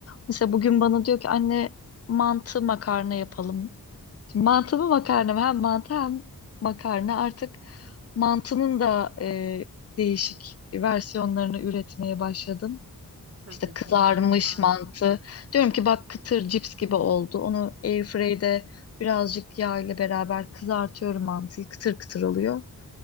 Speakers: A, on the left (about 40°); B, on the right (about 40°).
A: mesela bugün bana diyor ki anne mantı makarna yapalım. Mantı mı makarna mı? Hem mantı hem makarna. Artık mantının da e, değişik versiyonlarını üretmeye başladım.
B: Tabii
A: İşte kızarmış
B: canım onlarla.
A: mantı. Diyorum ki bak kıtır
B: O.
A: cips gibi oldu. Onu airfryde birazcık yağ ile beraber kızartıyorum mantıyı. Kıtır kıtır oluyor.